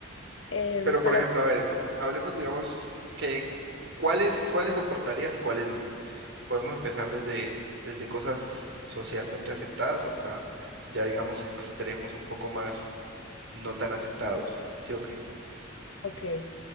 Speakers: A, on the left; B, on the right.
A: Em,
B: Pero
A: pero,
B: por ejemplo, a ver, cu- hablemos, digamos, que cu- cuáles, cuáles soportarías y cuáles no. Podemos empezar desde, desde cosas socialmente aceptadas hasta ya, digamos, extremos un poco más no tan aceptados, ¿sí o qué?
A: ok,